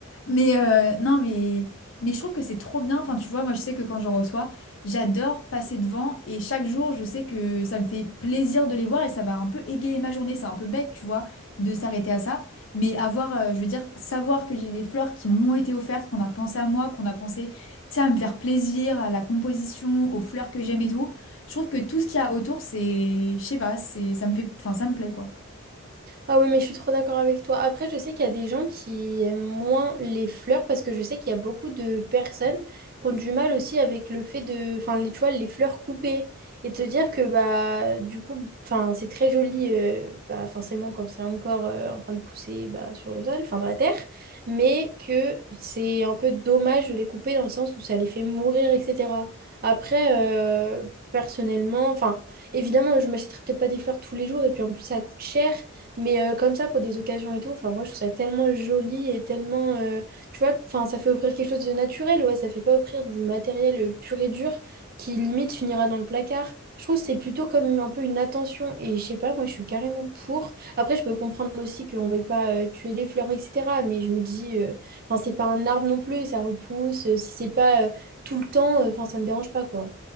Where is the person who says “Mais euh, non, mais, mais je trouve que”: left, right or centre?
Left